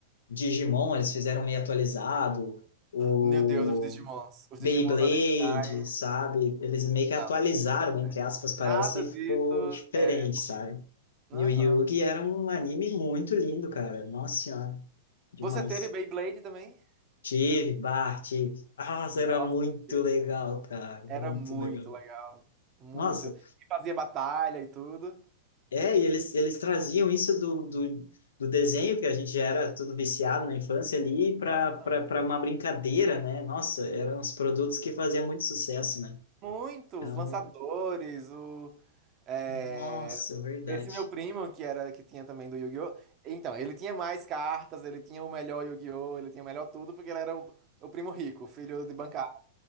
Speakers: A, on the left; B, on the right.
A: Digimon, eles fizeram meio atualizado, o
B: Meu Deus, os Digimons. Os
A: Beyblade,
B: Digimons originais.
A: sabe? Eles meio que atualizaram,
B: Não, mas
A: entre aspas, parece,
B: nada
A: e
B: disso
A: ficou diferente,
B: é.
A: sabe?
B: Aham.
A: E o Yugi era um anime muito lindo, cara. Nossa senhora, demais.
B: Você teve Beyblade também?
A: Tive, Bart, tive. Nossa,
B: Nossa,
A: era muito
B: teve
A: legal,
B: também.
A: cara,
B: Era
A: muito
B: muito
A: legal.
B: legal. Muito.
A: Nossa,
B: E fazia batalha e tudo.
A: É, e eles, eles traziam isso do, do, do desenho, que a gente já era tudo viciado na infância ali, para
B: Hã?
A: para uma brincadeira, né? Nossa, eram os produtos que faziam muito sucesso, né?
B: muitos
A: Eram...
B: lançadores, o. é,
A: Nossa, verdade.
B: Esse meu primo, que era que tinha também do Yu-Gi-Oh! Então, ele tinha mais cartas, ele tinha o melhor Yu-Gi-Oh! Ele tinha o melhor tudo, porque ele era o, o primo rico, filho de bancário.